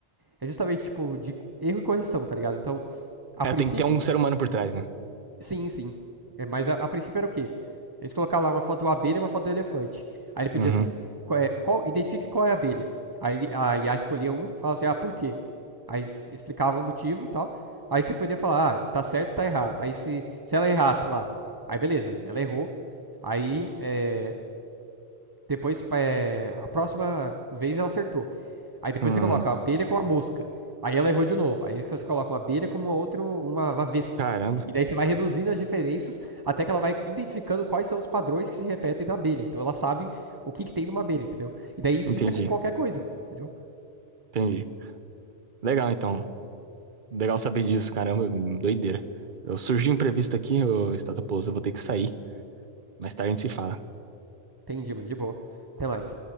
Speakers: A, on the right; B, on the right.
A: é justamente tipo de erro e correção, tá ligado? Então, a
B: É,
A: princípio,
B: tem que ter um ser humano por trás, né?
A: Sim, sim. É, mas a, a princípio era o quê? Eles colocaram lá uma foto de uma abelha e uma foto do elefante. Aí ele pedia
B: Uhum.
A: assim, qual, é- qual- identifique qual é a abelha. Aí ele- a IA escolhia um, falava assim, ah, por quê? Aí s- explicava o motivo e tal. Aí você podia falar, ah, tá certo, tá errado. Aí se, se ela errasse lá, aí beleza, ela errou. Aí é, depois, é, a próxima vez ela acertou. Aí depois
B: Hum,
A: você coloca a abelha com a mosca. Aí ela errou de novo. Aí você coloca uma abelha com uma outra, uma, uma vespa.
B: caramba.
A: E daí você vai reduzindo as diferenças até que ela vai identificando quais são os padrões que se repetem na abelha. Então ela sabe o que, que tem numa abelha, entendeu? E daí
B: Entendi,
A: isso é com qualquer coisa, entendeu?
B: entendi. Legal, então. Legal saber disso, caramba, doideira. Eu surgi imprevisto aqui, ô Estado Pouso, eu vou ter que sair. Mais tarde a gente se fala.
A: Entendi, mano. De boa. Até mais.